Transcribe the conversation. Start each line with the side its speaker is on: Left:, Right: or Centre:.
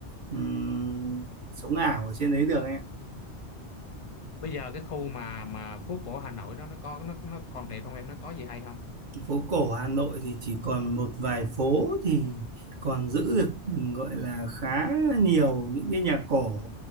Right: ừm, sống ảo ở trên đấy được
Left: Bây giờ cái khu mà mà phố cổ Hà Nội đó nó có nó nó còn đẹp không em? Nó có gì hay không?
Right: phố cổ Hà Nội thì chỉ còn một vài phố thì còn giữ được ừ, gọi là khá nhiều những cái nhà cổ